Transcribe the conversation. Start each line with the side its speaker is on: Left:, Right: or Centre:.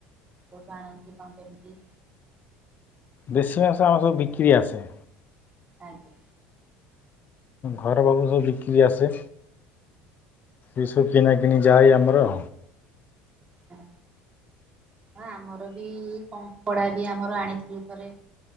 Right: ଠୁ ଆଣନ୍ତି କଣ କେମିତି?
Left: ଦେଶୀ ମାଂସ ଆମର ସବୁ ବିକ୍ରି ଆସେ।
Right: ଆଜ୍ଞା।
Left: ଘର ପାଖକୁ ସବୁ ବିକ୍ରି ଆସେ ଏଇସବୁ କିଣାକିଣିି ଯାଏ ଆମରଉ
Right: ହଁ। ହ ଆମର ବି କପଡା ବି ଆମର ଆଣିଥିଲୁ ଥରେ